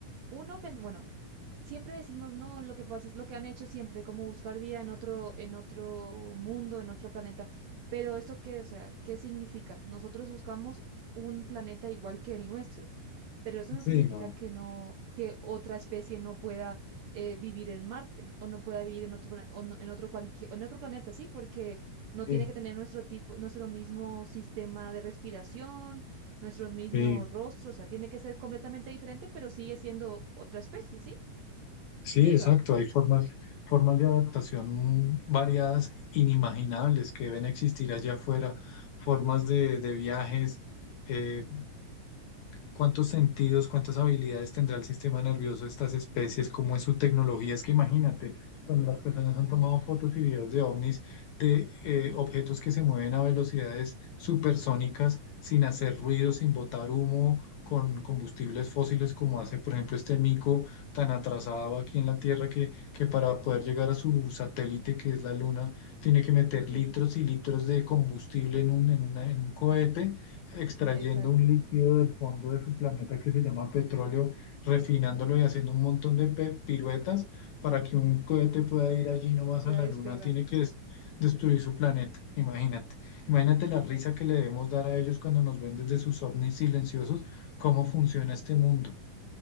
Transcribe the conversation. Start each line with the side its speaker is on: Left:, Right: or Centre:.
Right: Uno, pens- bueno, siempre decimos, no, lo que pasa es lo que han hecho siempre, como buscar vida en otro, en otro mundo, en otro planeta. Pero ¿eso qué? O sea, ¿qué significa? Nosotros buscamos un planeta igual que el nuestro, pero eso no
Left: Sí,
Right: significa
Left: no.
Right: que no, que otra especie no pueda eh, vivir en Marte o no pueda vivir en otro, plane- o no- en otro cualquier, en otro planeta, sí, porque no
Left: Sí,
Right: tiene que tener nuestro tipo, nuestro mismo sistema de respiración nuestros mismos
Left: sí,
Right: rostros, o sea, tiene que ser completamente diferente, pero sigue siendo otra especie, ¿sí?
Left: sí,
Right: Viva.
Left: exacto. Hay formas, formas de adaptación variadas, inimaginables, que deben existir allá afuera, formas de, de viajes, eh, cuántos sentidos, cuántas habilidades tendrá el sistema nervioso de estas especies, cómo es su tecnología. Es que imagínate, cuando las personas han tomado fotos y videos de ovnis, de eh,
Right: Exacto.
Left: objetos que se mueven a velocidades supersónicas, sin hacer ruido, sin botar humo, con combustibles fósiles, como hace, por ejemplo, este mico tan atrasado aquí en la Tierra que, que para poder llegar a su satélite, que es la Luna, tiene que meter litros
Right: Sí,
Left: y litros de combustible en un, en una- en un cohete extrayendo
Right: exacto.
Left: un líquido del fondo de su planeta que se llama petróleo, refinándolo y haciendo un montón de pe- piruetas para que un cohete pueda ir allí nomás
Right: Voy
Left: a la
Right: a despegar.
Left: luna, tiene que des- destruir su planeta.
Right: <laughs>
Left: Imagínate, imagínate la risa que le debemos dar a ellos cuando nos ven desde sus ovnis silenciosos, cómo funciona este mundo.